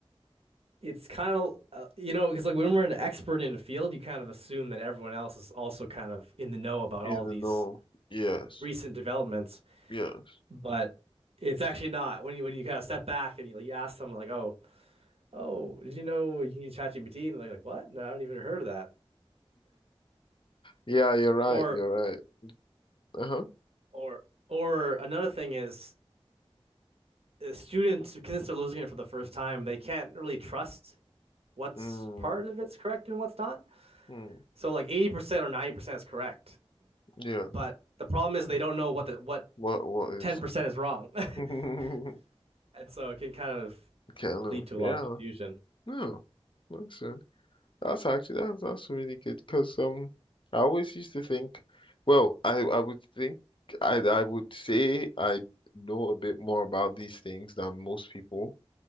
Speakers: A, on the right; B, on the left.
A: It's kind of uh, you know because like when we're an expert in a field, you kind of assume that everyone else is also kind of in the know about
B: In
A: all
B: the
A: these
B: know. Yes.
A: recent developments.
B: Yes.
A: but it's actually not when you when you kind of step back and you, like, you ask someone like, "Oh, oh, did you know you can use ChatGPT?" And they're like, "What? No, I haven't even heard of that." <laughs>
B: Yeah, you're right.
A: Or
B: You're right. Uh-huh.
A: or or another thing is uh, students because they're losing it for the first time, they can't really trust what's
B: Mm,
A: part of it's correct and what's not.
B: mm,
A: So like 80% or 90% is correct,
B: yeah.
A: but the problem is they don't know what the, what
B: What what is
A: 10% is wrong.
B: <laughs> kind
A: <laughs> And so it can kind of
B: of
A: lead to
B: yeah.
A: a lot of confusion.
B: No. Looks That's actually that's that's really good because um I always used to think well I I would think I I would say I know a bit more about these things than most people